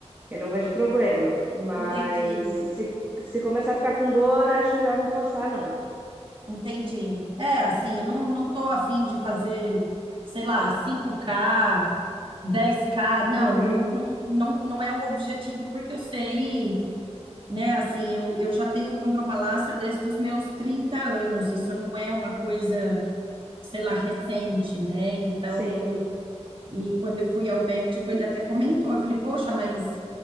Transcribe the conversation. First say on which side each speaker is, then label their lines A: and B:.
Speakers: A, on the right; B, on the right.
A: Eu não vejo problema, mas
B: Entendi.
A: se, se começar a ficar com dor, acho melhor não forçar, não.
B: Entendi. É, assim, eu não, não tô afim de fazer, sei lá, cinco k dez k Não,
A: Uhum,
B: não, não, não, não é o objetivo, porque eu sei, né? Assim, eu, eu já tenho condromalácia desde os meus 30 anos. Isso não é uma coisa, sei lá, recente, né? Então,
A: sim.
B: e quando eu fui ao médico, ele até comentou. Eu falei, poxa, mas